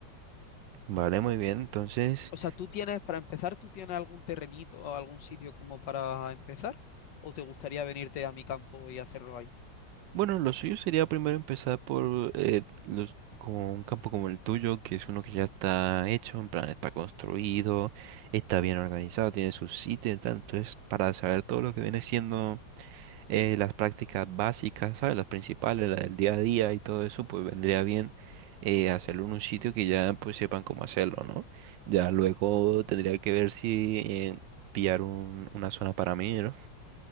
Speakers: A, on the right; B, on the left.
A: Vale, muy bien. Entonces,
B: O sea, tú tienes, para empezar, ¿tú tienes algún terrenito o algún sitio como para empezar? ¿O te gustaría venirte a mi campo y hacerlo ahí?
A: Bueno, lo suyo sería primero empezar por eh, los, como un campo como el tuyo, que es uno que ya está hecho, en plan está construido, está bien organizado, tiene su sitio y tal. Entonces, para saber todo lo que viene siendo eh, las prácticas básicas, ¿sabes? Las principales, las del día a día y todo eso, pues vendría bien eh, hacerlo en un sitio que ya pues sepan cómo hacerlo, ¿no? Ya luego tendría que ver si eh, pillar un- una zona para mí, ¿no?